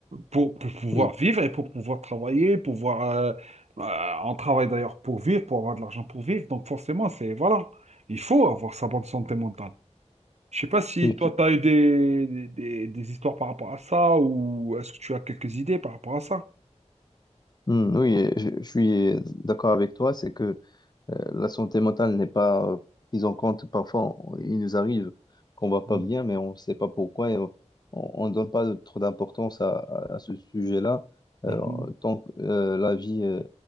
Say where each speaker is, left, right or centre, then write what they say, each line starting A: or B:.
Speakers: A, on the right; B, on the left.
A: pour, pour pouvoir
B: oui,
A: vivre et pour pouvoir travailler, pouvoir. euh, euh, on travaille d'ailleurs pour vivre, pour avoir de l'argent pour vivre. Donc forcément, c'est voilà, il faut avoir sa bonne santé mentale. Je sais pas si
B: oui.
A: toi,
B: tu-
A: tu as eu des, des, des- des histoires par rapport à ça ou est-ce que tu as quelques idées par rapport à ça?
B: Hmm, oui, je, je suis d'accord avec toi, c'est que Euh, La santé mentale n'est pas euh, prise en compte. Parfois, on- il nous arrive qu'on va pas
A: Mm.
B: bien, mais on ne sait pas pourquoi et on ne donne pas trop d'importance à, à- à ce sujet-là. Euh,
A: Mm.
B: tant que euh, la vie, euh,